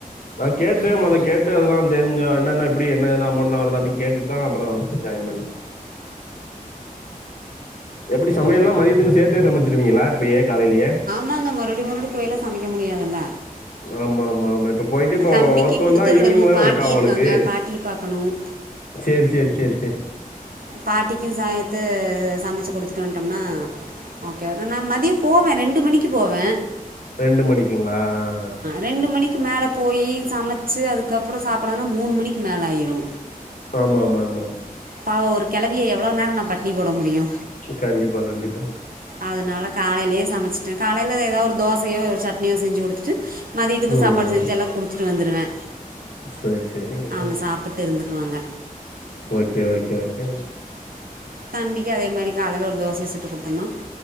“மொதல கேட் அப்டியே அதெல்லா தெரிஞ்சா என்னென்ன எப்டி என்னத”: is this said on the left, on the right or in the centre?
Left